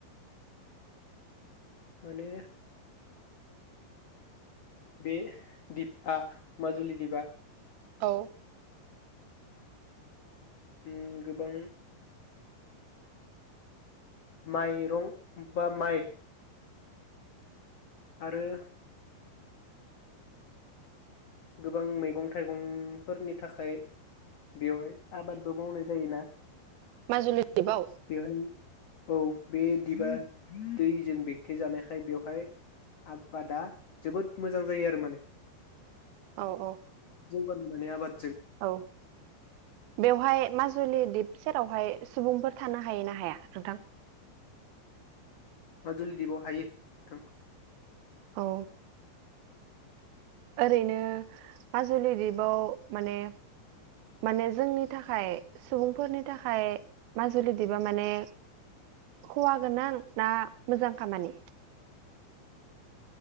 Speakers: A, on the left (about 85°); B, on the right (about 85°).
A: माने बे दिपआ माजुलि दिपआ
B: औ
A: उम गोबां माइरं बा माइ आरो गोबां मैगं थाइगंफोरनि थाखाय बेवहाय आबादबो मावनाय जायोना
B: माजुलि दिपआव?
A: बेवहाय औ बे दिबा दैजों बेंथे जानायखाय बेवहाय आबादा जोबोद मोजां जायो आरो माने।
B: औ औ
A: <unintelligible> माने आबाद
B: औ बेवहाय मा जुलि दिप सेरावहाय सुबुंफोर थानो हायो ना हाया नोंथां?
A: माजुलि दपआव हायो नोंथां।
B: औ ओरैनो माजुलि दीपाव माने माने जोंनि थाखाय सुबुंफोरनि थाखाय माजुलि दीपआ माने खहा गोनां ना मोजां खामानि?